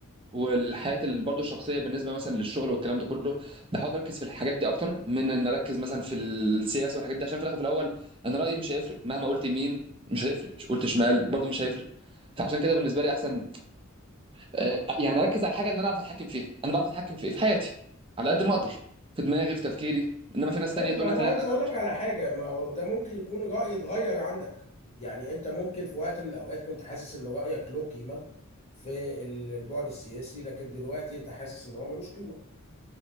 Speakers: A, on the right; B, on the left.
A: والحياة برضه الشخصية بالنسبة مثلا للشغل والكلام ده كله بحاول أركز في الحاجات دي أكتر من إن أركز مثلا في السياسة والحاجات دي عشان في الآخر في الأول أنا رأيي مش هيفرق مهما قلت يمين مش هيفرق مش قلت شمال برضه مش هيفرق فعشان كده بالنسبة لي أحسن آه، يعني أركز على الحاجة اللي أنا أعرف أتحكم فيها أنا بعرف أتحكم في إيه في حياتي على قد ما أقدر في دماغي في تفكيري إنما في ناس
B: طيب
A: تانية تقول
B: ما
A: لك
B: انا عايز
A: لا أنا
B: اقول لك
A: مش عارف
B: على حاجه ما هو ده ممكن يكون راي اتغير عندك يعني انت ممكن في وقت من الاوقات كنت حاسس ان رايك له قيمه في ال- البعد السياسي لكن دلوقتي انت حاسس ان هو ملوش قيمه